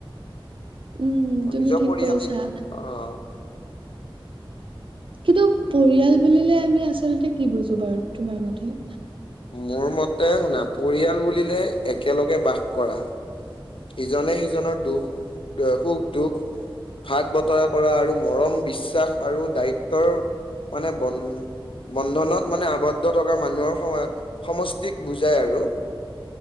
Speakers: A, on the right (about 70°); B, on the left (about 70°).
A: উম, তুমি
B: নিজৰ
A: ঠিক
B: পৰিয়ালে
A: কৈছা।
B: অ',
A: কিন্তু পৰিয়াল বুলিলে আমি আচলতে কি বুজো বাৰু তোমাৰ মতে?
B: মোৰ মতে শুনা, পৰিয়াল বুলিলে একেলগে বাস কৰা। ইজনে সিজনৰ দুখ, সুখ-দুখ ভাগ বতৰা কৰা আৰু মৰম, বিশ্বাস আৰু দায়িত্বৰ মানে বন বন্ধনত মানে আবদ্ধ থকা মানুহৰ সম সমষ্টিক বুজাই আৰু।